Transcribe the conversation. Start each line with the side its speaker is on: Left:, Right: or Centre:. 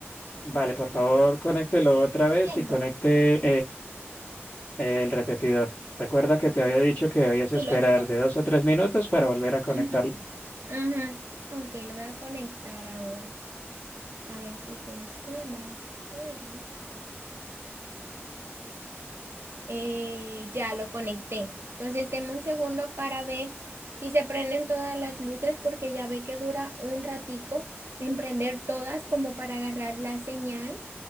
Left: Vale, por favor, conéctelo otra
Right: Entiendo.
Left: vez y conecte El repetidor. Recuerda que te había dicho que debías
Right: Y
Left: esperar
Right: los dos.
Left: de dos a tres minutos para volver a conectarlo.
Right: Ujú. Ujú. Ok, lo voy a conectar ahora. A ver si funciona. Espere. Eh, ya lo conecté. Entonces, deme un segundo para ver si se prenden todas las luces, porque ya ve que dura un ratico en prender todas como para agarrar la señal.